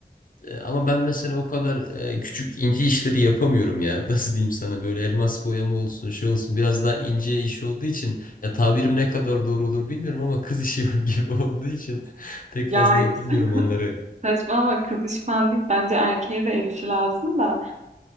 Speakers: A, on the left; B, on the right.
A: E, Ama ben mesela o kadar e, küçük ince işleri yapamıyorum ya. <laughs> Nasıl diyeyim sana böyle elmas boyama olsun şey olsun biraz daha ince iş olduğu için ya tabirim ne kadar doğru olur bilmiyorum ama kız işi <laughs> gibi olduğu için pek
B: ya
A: fazla yapamıyorum onları.
B: <laughs> saçmalama kız iş falan değil. Bence erkeğe de el işi lazım da.